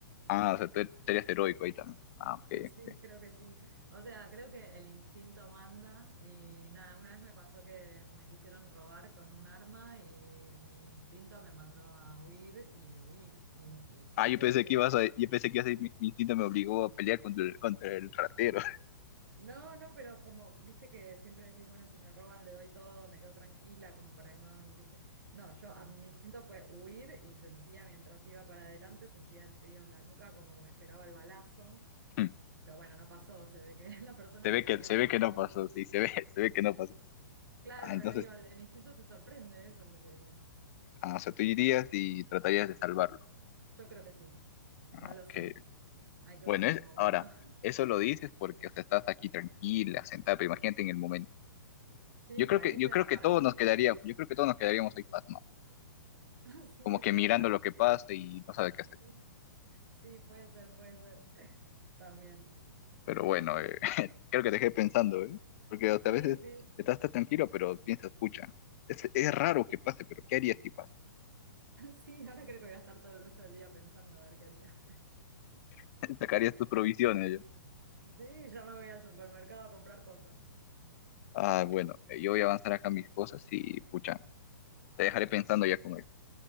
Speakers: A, on the left; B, on the right.
A: Ah, o sea, tú tú eres heroico ahí también. Ah, ok,
B: <laughs> Sí,
A: ok.
B: creo que sí. O sea, creo que el instinto manda y nada, una vez me pasó que me quisieron robar con un arma y mi instinto me mandó a huir y huí y, y sentía
A: Ah, yo pensé
B: el frío
A: que ibas a, yo pensé que ibas a decir, mi, mi instinto me obligó a pelear contra el, contra el ratero.
B: No, no, pero como, viste que siempre decís, bueno, si me roban le doy todo, me quedo tranquila, como para no, viste. No, yo, a mí mi instinto fue huir y sentía mientras iba para adelante, sentía el frío en la nuca, como que me esperaba el balazo,
A: <laughs>
B: pero bueno, no pasó, se ve que <laughs> la persona
A: Se ve
B: decidió
A: que, se
B: no
A: ve
B: matarme.
A: que no pasó, sí, se ve, <laughs> se ve que no pasó.
B: Claro,
A: Ah, entonces,
B: pero digo, el, el instinto te sorprende, eso es lo que digo.
A: ah, o sea, tú irías y tratarías de salvarlo.
B: Yo creo que sí,
A: Ah,
B: no lo
A: ok.
B: sé, hay que
A: Bueno,
B: ver en
A: es,
B: el momento.
A: ahora,
B: <laughs>
A: eso lo dices porque, o sea, estás aquí tranquila, sentada, pero imagínate en el momento.
B: Sí,
A: Yo
B: por
A: creo
B: ahí
A: que, yo
B: te
A: creo
B: da
A: que
B: para
A: todos
B: huir.
A: nos quedaríamos, yo creo que todos nos quedaríamos ahí pasmados,
B: <laughs> Sí,
A: como que
B: sí,
A: mirando
B: o quedar.
A: lo que pasa y no sabe qué
B: Sí,
A: hacer.
B: sí, puede ser, puede ser. <laughs> También.
A: Pero bueno, eh, creo que te dejé pensando, ¿eh? Porque o sea,
B: Sí,
A: a veces
B: sí.
A: estás tan tranquilo, pero piensas, pucha, es, es raro que pase, pero ¿qué harías si pasa?
B: Sí, ahora creo que voy a estar todo el resto del día pensando a ver qué haría.
A: <laughs> Sacarías tus provisiones. yo.
B: Sí, ya me voy al supermercado a comprar cosas.
A: Ah, bueno, eh, yo voy a avanzar acá mis cosas y, pucha, te dejaré pensando ya con eso.